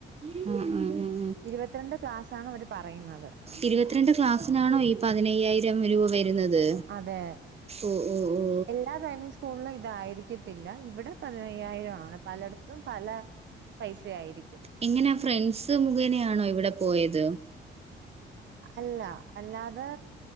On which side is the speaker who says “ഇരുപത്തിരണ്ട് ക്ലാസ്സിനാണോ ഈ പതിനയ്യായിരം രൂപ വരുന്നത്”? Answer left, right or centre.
Right